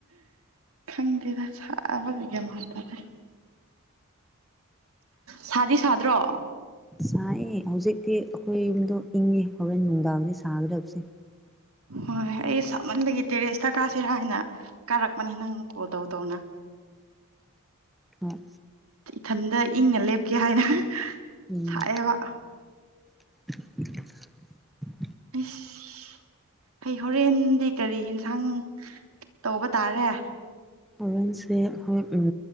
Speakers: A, on the right; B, in the centre.
A: ꯈꯪꯗꯦꯗ ꯁꯥꯕꯒꯦ ꯃꯇꯗꯦ ꯁꯥꯗꯤ ꯁꯥꯗ꯭ꯔꯣ
B: ꯁꯥꯏꯌꯦ ꯍꯧꯖꯤꯛꯇꯤ ꯑꯩꯈꯣꯏ ꯌꯨꯝꯗꯣ ꯏꯪꯉꯦ ꯍꯣꯔꯦꯟ ꯅꯨꯡꯗꯥꯡꯅꯤ ꯁꯥꯒꯗ꯭ꯔꯕꯁꯦ
A: ꯍꯣꯏꯣꯏ ꯑꯩ ꯁꯥꯃꯟꯕꯒꯤ ꯇꯦꯔꯦꯁꯇ ꯀꯥꯁꯤꯔꯥ ꯍꯥꯏꯅ ꯀꯥꯔꯛꯄꯅꯦ ꯅꯪ ꯀꯣꯜ ꯇꯧ ꯇꯧꯅ
B: ꯑꯣ
A: ꯏꯊꯟꯗ ꯏꯪꯅ ꯂꯦꯞꯀꯦ ꯍꯥꯏꯅ
B: ꯎꯝ
A: ꯁꯥꯏꯑꯦꯕ
B: <inaudible>
A: ꯑꯁ ꯍꯩ ꯍꯣꯔꯦꯟꯗꯤ ꯀꯔꯤ ꯌꯦꯟꯁꯥꯡ ꯇꯧꯕ ꯇꯥꯔꯦ
B: ꯍꯣꯔꯦꯟꯁꯦ ꯑꯩꯈꯣꯏ